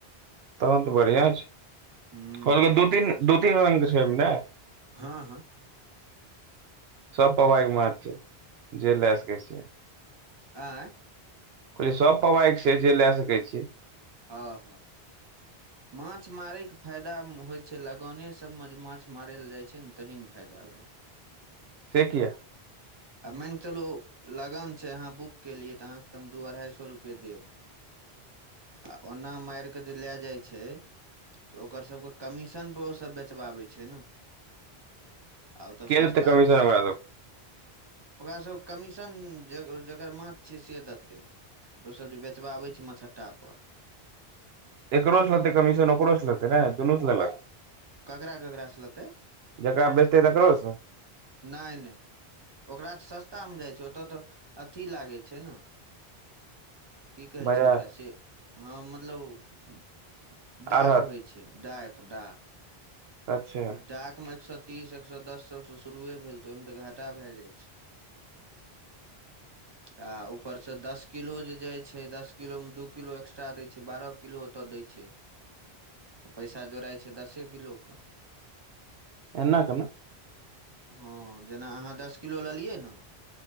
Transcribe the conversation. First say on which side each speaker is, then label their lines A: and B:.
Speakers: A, on the right; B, on the right.
A: तहन तऽ बढ़ियां छै
B: हूँ
A: कहलकै दू तीन दू तीन रंग छै ने
B: हँ हँ
A: सब पवाइ के माछ छै जे लए सकै छियै
B: आँय
A: कहलियै सब पबाइक छै जे लए सकै छियै
B: हँ ह
A: <inaudible>
B: माछ मारयके फायदा होइत छै लगने सभमे जे माछ मारय ल जाइ छै ने तहीमे फायदा भेल
A: से किया
B: आ मानि कऽ चलू लगन छै अहाँ बुक केलियै तऽ अहाँके त हम दू अढ़ाई सौ रुपैए देब आ ओना मार के जे लए जाइ छै तऽ ओकर सभके कमीशनपे ओसभ बेचबाबै छै ने आ ओ तऽ
A: के
B: सस्ताके
A: देतै कमीशन
B: सस्ता
A: ओकरा
B: ओकरासभ कमीशन जे जकर माछ छियै से देतै ओसभ जे बेचबाबै छै मछट्टा पर
A: एकरो से होतै कमीशन ओकर से लेतै नहि दुनू सँ लेलक
B: कगरा कगरा स लैतय
A: जकरा बेचतै तकरोसँ
B: नहि नहि ओकरा तऽ सस्तामे जाइ छै ओतय तऽ अथी लागै छै न की कहै
A: बाजार
B: छै ओकरा से हँ मतलब डाक
A: आढ़त
B: होइ छै डाक डाक
A: अच्छा
B: ओ डाक मे एक सौ तीस एक सौ दस सब से शुरुए भेल तऽ ओहिमे तऽ घाट टा भए जाइ छै
A: <inaudible>
B: आ ऊपर से दस किलो जे जाय छै दस किलो मे दू किलो एक्स्ट्रा दै छै बारह किलो ओत दै छै
A: <unintelligible>
B: पैसा जोड़ाइ छै दसे किलोके
A: एना केना
B: हँ जेना अहाँ दस किलो लेलियै ने